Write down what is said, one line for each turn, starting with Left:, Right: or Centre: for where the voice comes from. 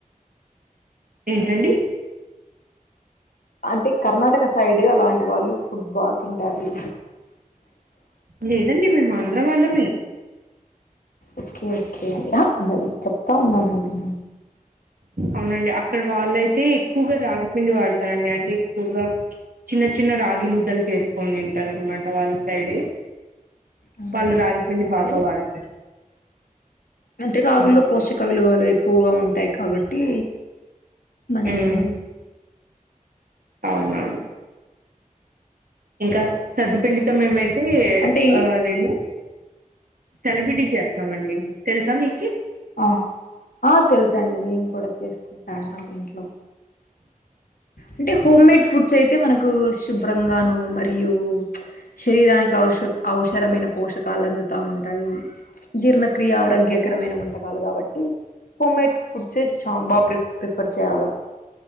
Right: ఏంటండి
Left: అంటే కర్ణాటక సైడ్ అలాంటి వాళ్ళు ఫుడ్ బా తింటారు
Right: లేదండి మేం ఆంధ్ర వాళ్ళమే
Left: ఓకే ఓకే అలా చెప్తా ఉన్నామండి
Right: అవునండి అక్కడి వాళ్ళై, అయితే ఎక్కువగా రాగిపిండి వాడతారు అండి అంటే ఎక్కువగా, చిన్న చిన్న రాగి ముద్దలు చేసుకొని తింటారు అన్నమాట వాళ్ళు, సైడే
Left: అవునవునండి
Right: వాళ్ళు రాగి పడి
Left: అంతేలే
Right: బాగా వాడతారు,
Left: అంటే రాగుల్లో
Right: ఉమ్,
Left: పోషక విలువలు ఎక్కువగా ఉంటాయి, కాబట్టి మంచిగా,
Right: ఉమ్, అవునవును ఇకా సదు పిండితం మ ఏమైతే
Left: అంటే
Right: అది
Left: ఈ-
Right: ఏంది చలివిడి చేస్తామండి, తెలుసా మీకి,
Left: ఆ ఆ తెలుస అండి మేము కూడా చేసుకుంటా అంటాం ఇంట్లో, అంటే హోమ్ మేడ్, ఫుడ్స్ అయితే మనకు శుభ్రంగాను మరియు, శరీరానికి ఔషక అవసరమైన పోషకాలు అందుతూ ఉంటాయి. జీర్ణక్రియ ఆరోగ్యకరమైన ఉంటాయి, పపాలి కాబట్టి హోమ్ మేడ్ ఫుడ్ సే చా బాగా ప్రీ ప్రిపేర్ చేయాలి,